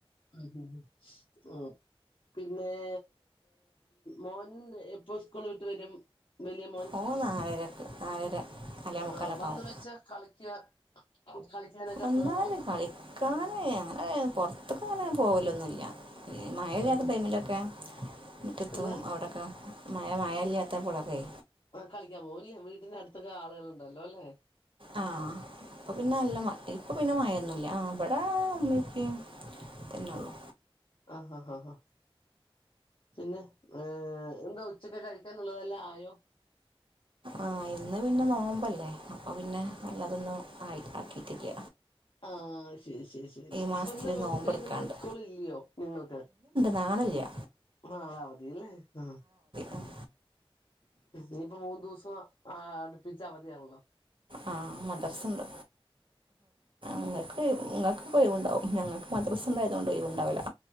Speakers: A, on the left; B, on the right.
A: ആഹ് ഹ് ഓഹ് പിന്നേ മോൻ എപ്പൊ ഉസ്കൂള് വിട്ട് വരും വലിയമോൻ
B: ഓ നാലരക്ക് നാലര നാലേ മുക്കാലൊക്കെ
A: ആഹ് വന്ന്
B: ആവും
A: വെച്ച് കളിക്ക കളിക്കാനൊക്കെ
B: എന്നാല്
A: പോവോ
B: കളിക്കാനെ അങ്ങനെ പൊറത്ത്ക്ക് അങ്ങനെ പോവലൊന്നുംല്ല മയയില്ലാത്ത
A: ആഹാ
B: ടൈമിലൊക്കെ മുറ്റത്തും
A: എന്താ
B: അവിടൊക്ക മയ മയയില്ലാത്തപ്പളൊക്കെ
A: ആഹ് കളിക്കാൻപോവുല്ലെ വീട്ടിന്റെ അടുത്തൊക്കെ ആളുകളുണ്ടല്ലോല്ലെ
B: ആഹ് ഇപ്പൊ പിന്നെ അല്ലമ ഇപ്പ പിന്നെ മയൊന്നുല്ല ആഹ് ഇബടേ പ്പീ തന്നെള്ളു
A: ആഹ് ഹ ഹ ആഹ് പിന്നെ ഏഹ് എന്താ ഉച്ചക്ക് കഴിക്കാനുള്ളതെല്ലാം ആയോ
B: ആഹ് ഇന്ന് പിന്നെ നോമ്പല്ലേ അപ്പൊ പിന്നെ നല്ലതൊന്ന ആയി ആക്കിട്ടില്ല
A: ആഹ് ശരി ശരി ശരി
B: മാസത്തിൽ
A: അപ്പിന്ന്
B: നോമ്പെടുക്കാണ്ട്
A: കുട്ടികൾക്ക് ഇന്ന് സ്കൂൾ ഇല്ലയോ നിങ്ങക്ക്
B: നാളല്ല്യ
A: നാളെ അവധില്ലേ ആഹ്
B: ഉം.
A: ഇനിപ്പൊ മൂന്ന്ദിവസോം അടുപ്പിച്ചവധിയണല്ലോ
B: ആഹ് മദ്രസിണ്ട് ഇങ്ങക്ക് നിങ്ങക്കൊകൊയ് വിണ്ടാവും ഞങ്ങക്ക് മദ്രസുണ്ടായതുകൊണ്ട് ഒയ് വിണ്ടാവില്ല